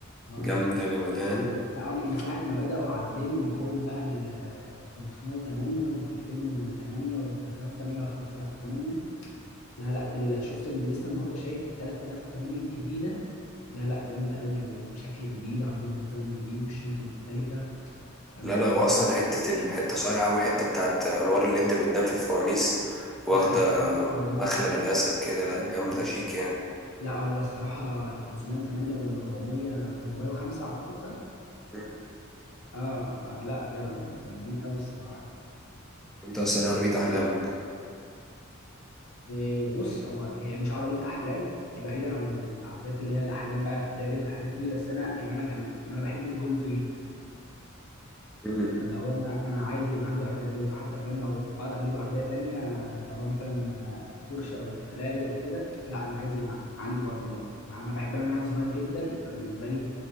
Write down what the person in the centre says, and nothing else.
جامده جمدان
لا لا واصلا
حته الحته صايعه قوي حته بتاعت انوار الليد اللي قدام في الفوانيس واخده
مخلب الاسد كده لا جامده
شيك يعني
مم.
انت اصلا إيه عربيه احلامك
مم.